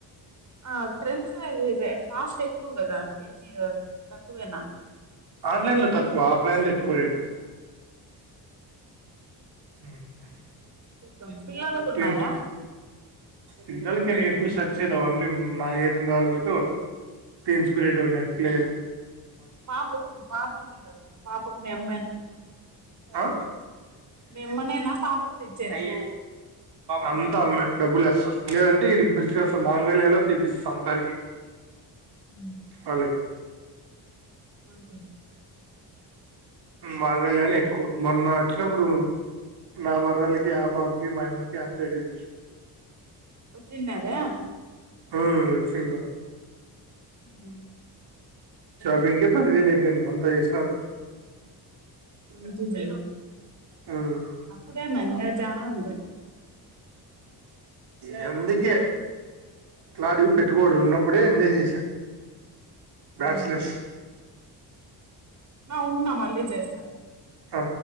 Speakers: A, on the right; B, on the right.
A: ఆ ట్రెండ్స్ కాస్ట్ ఎక్కువ కదా ఏజీ తక్కువేనా
B: ఆన్లైన్ లో తక్కువ ఆఫ్లైన్ లో ఎక్కువ రేట్ హు
A: చూద్దాం పిల్లలకు
B: అంటేన్స్
A: ఉన్నాయా
B: పిల్లల్క్ ఇక్కడ ఎప్పుడు సర్చేలేవు. ఓన్లీ హుమ్ నా ఏజ్ ఉన్న వాళ్లకైతే ఓ టీంస్ప్రిట్ ఉన్నట్లైతే.
A: పాపకుంద్ పాప ఉంది కదా పాపకు మీ అమ్మేనా
B: ఆ
A: మీ అమ్మనేనా పాపకిచ్చే
B: ఆయే అంతా అమ్మే డబ్బులెస్స లేదంటే ఇడికి పీల్చికోస్తా మాంగళ్య లో తీపిసిస్తా అందరికి
A: హు
B: వాళ్ళకి
A: మంచదే
B: మాంగళ్యా లో ఎక్కువ మొన్న వచ్చినప్పుడు నా మరదలకి ఆ పాప కి మా అమ్మకి అంత ఇడిచ్చి
A: వచ్చిండదా
B: హ వచ్చిండా
A: ఉహు
B: షాపింగ్ కే పదివేలు అయిపోయింది అంతా చేసినారు
A: మంచిజీ
B: ఉమ్.
A: అప్పుడేనా ఇంగా జావుంది
B: లండికే కాడి పెట్టుబడి
A: ఉమ్
B: ఉన్నప్పుడే ఎంజాయ్ జేయ తు్ బ్యాచలర్స్
A: ఉమ్ ఆ ఉన్నా మళ్ళీ జేస్తాను
B: ఆ